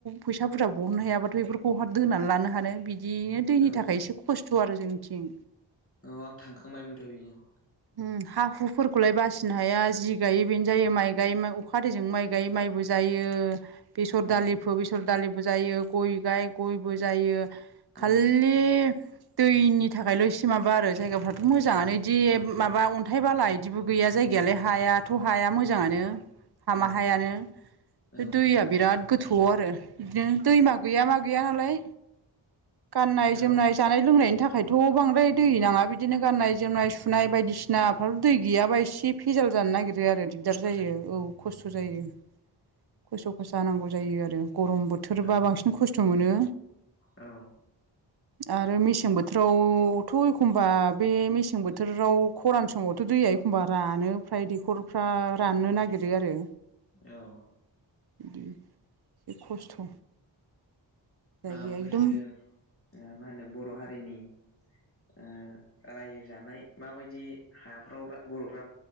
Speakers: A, on the right; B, on the left.
A: फैसा बुरजा बहननो हायाबाथ' बेफोरखौ बहा दोनानै लानो हानो बिद दिनो दैनि
B: औ
A: थाखाय एसे खस्थ' आरो जोंनिथिं।
B: औ आं थांखांबायमोनथ' बेजों।
A: उम हा हु फोरखौलाय बासिनो हाया जि गायो बेनो जायो माइ गाय अखा दैैजों माइ गाय माइबो जा यो बेसर
B: उम
A: दालिफोर बेसर दालिबो जायो गय गाय गयबो जायो। खाललि
B: उम
A: दैनि थाखायल' एसे माबा आरो जायगाफ्राथ' मोजाङानो इदि माबा अन्थाइ बाला इदिबो गैया जायगायालाय हायाथ' हाया मोजाङानो। हामा
B: औ
A: हायानो बे
B: औ
A: दैया बिराद गोथौ आरो बिदिनो दैमा
B: उम
A: गैया मा गैया गैया नालाय गाननाय जोमनाय
B: औ
A: जानाय लोंनायनि था खायथ' बांद्राय दै नाङा बिदिनो गाननाय जोमनाय सुनाय बायदिसिना फ्राथ' दै गैयाबा एसे भेजाल जानो नागिरो आरो दिगदार जायो औ। खस्थ' जायो खस्थ' खसा नांगौ जायो आरो गरम बोथोरबा
B: औ
A: बांसिन खस्थ' मोनो।
B: औ
A: आरो मेसें बोथोरावथ' एखमबा बे मेसें बोथोराव खरान समावथ' दैया एखमबा रानो फ्राय दैख'रफ्रा राननो नागिरो आरो।
B: औ
A: बिदि एसे खस्थ'। जायगाया
B: ओमफायो
A: एकदम
B: ओ मा होनो बर' हारिनि ओ रायजो जानाय माबाय दि हाफ्राव बर'फ्रा